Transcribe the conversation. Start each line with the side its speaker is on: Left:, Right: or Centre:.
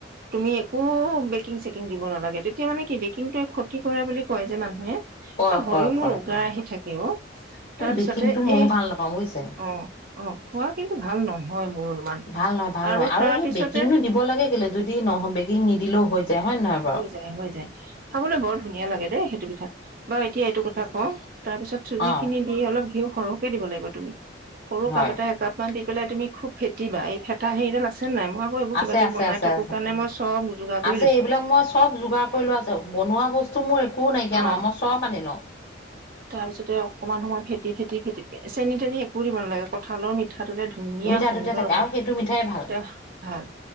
Right: তুমি একো বেকিং-চেকিং দিব নালাগে, তেতিয়া মানে কি বেকিংটো ক্ষতি কৰা বুলি কয় যে মানুহে।
Left: কয়,
Right: অ হয়ো'
Left: কয়,
Right: মোৰ
Left: কয়,
Right: উগাৰ
Left: কয়।
Right: আহি থাকে ও,
Left: এই
Right: তাৰপিছতে
Left: বেকিংটো ময়ো
Right: এই,
Left: ভাল নাপাওঁ বুজিছে।
Right: অ'। অ', খোৱা কিন্তু ভাল নহয় মোৰ। অনুমান
Left: ভাল নহয়, ভাল নহয়। আৰু
Right: তাৰ
Left: এই
Right: পিছতে
Left: বেকিংনো দিব লাগে কেলে? যদি নহ বেকিং নিদিলেও হৈ যায়। হয় নে নহয় বাৰু?
Right: হৈ হৈ যায়। খাবলৈ বৰ ধুনীয়া লাগে দেই সেটো পিঠা। বাৰু এতিয়া এইটো কথা কওঁ। তাৰপিছত চুজিখিনি
Left: অ',
Right: দি অলপ ঘিউ সৰহকে দিব লাগিব তুমি। সৰু
Left: হয়
Right: কাপ এটা একাপ মান দি পেলাই, তুমি খুব ফেটিবা। এই ফেটা হেৰিডাল আছে নে নাই? মই এইবোৰ
Left: আছে,
Right: কিবা কিবি
Left: আছে,
Right: বনাই
Left: আছে,
Right: থাকো
Left: আছে।
Right: কাৰণে মই চব যোগাৰ কৰি
Left: আছে,
Right: লৈছো
Left: এইবিলাক মই চব যোগাৰ কৰি লোৱা <unintelligible> বনোৱা বস্ স্তো মোৰ একো নাইকিয়া নহয়,
Right: অ
Left: মই চব আনি লওঁ।
Right: তাৰপিছতে অকমান সময় খেটি-খেটি খেটিকে, চেনি-তেনি একো দিব নালাগে। কঁঠালৰ মিঠাটোৰে দুনীয়া
Left: মিঠাটোতে
Right: সুন্দৰ
Left: থাকে আৰু
Right: হয়।
Left: সেইটো মিঠাই ভাল
Right: তে ভাল,